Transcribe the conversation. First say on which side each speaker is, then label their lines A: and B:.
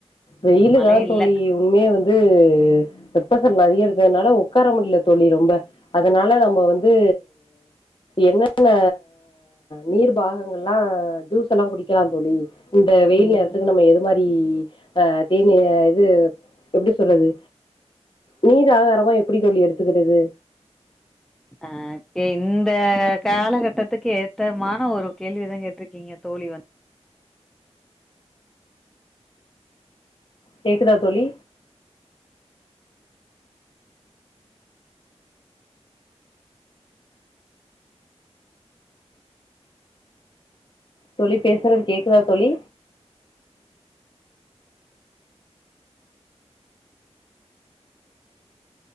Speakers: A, on the left; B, in the centre.
A: வெயிலு
B: மழை
A: தா
B: இல்ல
A: தோழி உண்மையே வந்து. உப்பசல் நெறைய இருக்கறனால உக்கார முடில தோழி ரொம்ப அதனால நம்ப வந்து என்னென்ன நீர் பாகங்கள்லா ஜூஸ்லா குடிக்கலா தோழி. இந்த வெயில்
B: ம்
A: நேரத்துக்கு நம்ப எது மாரி. <inaudible> அ தேனி இது எப்டி சொல்றது நீர் ஆகாரமா எப்டி தோழி எடுத்துக்குறது
B: அ கே இந்த காலகட்டத்துக்கு ஏத்தமான ஒரு கேள்வி தா கேட்டிருக்கீங்க தோழி வந்து
A: கேக்குதா தோழி தோழி பேசுறது கேக்குதா தோழி